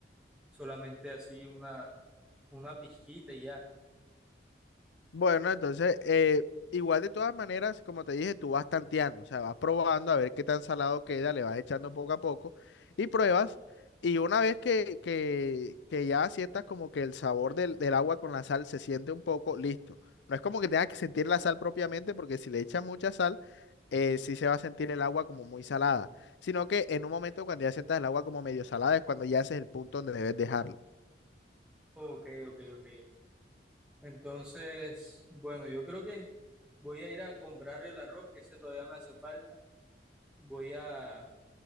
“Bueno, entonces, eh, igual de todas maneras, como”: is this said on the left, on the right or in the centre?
Left